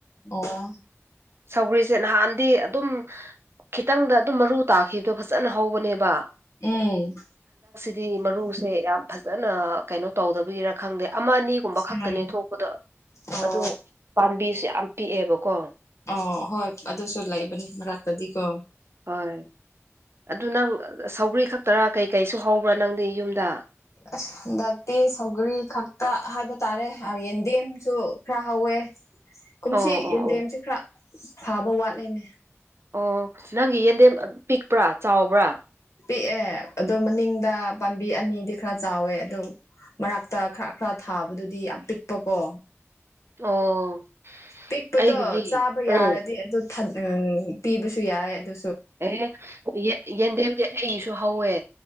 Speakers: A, on the left; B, on the right.
A: ꯑꯣ
B: ꯁꯧꯒ꯭ꯔꯤꯁꯦ ꯅꯍꯥꯟꯗꯤ ꯑꯗꯨꯝ ꯈꯤꯇꯪꯗ ꯑꯗꯨꯝ ꯃꯔꯨ ꯇꯥꯈꯤꯕꯗꯣ ꯐꯖꯅ ꯍꯧꯕꯅꯦꯕ
A: ꯎꯝ
B: ꯗꯤ ꯃꯔꯨꯁꯦ ꯌꯥꯝ ꯐꯖꯅ ꯀꯩꯅꯣ ꯇꯧꯗꯕꯒꯤꯔꯥ ꯈꯪꯗꯦ ꯑꯃ ꯑꯅꯤꯒꯨꯝꯕ ꯈꯛꯇꯅꯦ
A: ꯎꯝ
B: ꯊꯣꯛꯄꯗꯣ
A: ꯑꯣ
B: ꯑꯗꯣ ꯄꯥꯝꯕꯤꯁꯦ ꯌꯥꯝ ꯄꯤꯛꯑꯦꯕꯀꯣ
A: ꯑꯣ ꯍꯣꯏ ꯑꯗꯨꯁꯨ ꯂꯩꯕꯅꯤ ꯃꯔꯛꯇꯗꯤ ꯀꯣ
B: ꯍꯣꯏ ꯑꯗꯨ ꯅꯪ ꯁꯧꯒ꯭ꯔꯤ ꯈꯛꯇꯔꯥ ꯀꯩꯀꯩꯁꯨ ꯍꯧꯕ꯭ꯔꯥ ꯅꯪꯗꯤ ꯌꯨꯝꯗ
A: ꯑꯁ ꯍꯟꯗꯛꯇꯤ ꯁꯧꯒꯔꯤ ꯈꯛꯇ ꯍꯥꯏꯕ ꯇꯥꯔꯦ ꯌꯦꯟꯗꯦꯝꯁꯨ ꯈꯔ ꯍꯧꯋ ꯋ‌ꯦ ꯀꯨꯝꯁꯤ
B: ꯑꯣ ꯑꯣ
A: ꯌꯦꯟꯗꯦꯝꯁꯤꯦ
B: ꯑꯣ
A: ꯈꯔ ꯐꯥꯕ ꯋꯥꯠꯂꯦꯅꯦ
B: ꯑꯣ ꯅꯪꯒꯤ ꯌꯦꯟꯗꯦꯝ ꯄꯤꯛꯄ꯭ꯔꯥ ꯆꯥꯎꯕ꯭ꯔꯥ
A: ꯄꯤꯛꯑꯦ ꯑꯗꯣ ꯃꯅꯤꯡꯗ ꯄꯥꯝꯕꯤ ꯑꯅꯤ ꯗꯤ ꯈꯔ ꯆꯥꯎꯋꯦ ꯑꯗꯨ ꯃꯔꯥꯛꯇ ꯈꯔ ꯈꯔ ꯊꯥꯕꯗꯨꯗꯤ ꯌꯥꯝ ꯄꯤꯛꯄꯀꯣ
B: ꯑꯣ
A: ꯄꯤꯛꯄꯗꯣ
B: ꯑꯩꯒꯤꯗꯤ
A: ꯆꯥꯕ ꯌꯥꯔꯗꯤ
B: ꯎꯝ
A: ꯑꯗꯨ ꯊ ꯎꯝ ꯄꯤꯕꯁꯨ ꯌꯥꯏ ꯑꯗꯨ
B: ꯑꯦ ꯌ‌ꯦꯟ ꯌꯦꯟꯗꯦꯝꯗꯤ ꯑꯩꯒꯤꯁꯨ ꯍꯧꯋꯦ